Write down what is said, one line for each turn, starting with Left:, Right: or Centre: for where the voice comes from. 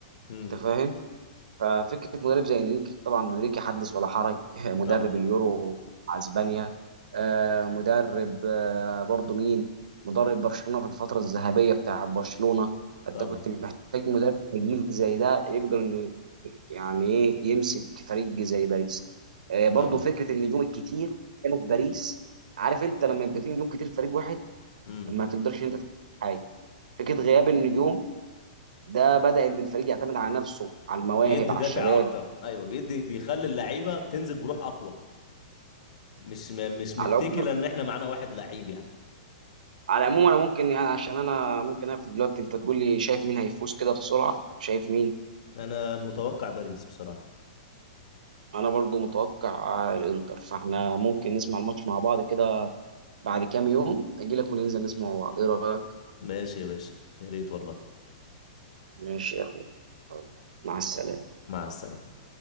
Left: امم
Right: انت فاهم ففكره مدرب زي انريكي طبعا انريكي حدث ولا حرج <laughs> مدرب
Left: طبعا
Right: اليورو مع اسبانيا آه، مدرب آه، برضه مين مدرب برشلونه في الفتره الذهبيه بتاع برشلونه انت
Left: طبعا
Right: كنت محتاج مدرب تقيل زي ده يقدر انه يعني ايه يمسك فريق زي باريس آه برضو
Left: طبعا
Right: فكره النجوم الكتير كانوا في باريس عارف انت لما يبقى فيه نجوم كتير في فريق واحد
Left: امم
Right: ما تقدرش انت تعمل حاجه فكره غياب النجوم ده بدا ان الفريق يعتمد على نفسه على المواهب
Left: بيدي
Right: على
Left: دافع
Right: الشباب
Left: اكتر ايوه بيدي بيخلي اللعيبه بتنزل بروح اقوى مش م- مش متكله
Right: على العموم
Left: ان احنا معانا واحد لعيب يعني
Right: على العموم انا ممكن يعني عشان انا ممكن اقفل دلوقتي انت تقول لي شايف مين هيفوز كده بسرعه شايف مين
Left: انا متوقع باريس بصراحه
Right: انا برضو متوقع الانتر فاحنا ممكن نسمع الماتش مع بعض كده بعد كام يوم اجي لك وننزل نسمع مع بعض ايه رايك
Left: ماشي يا باشا يا ريت والله
Right: ماشي يا أخوي يلا، مع السلامة
Left: مع السلامه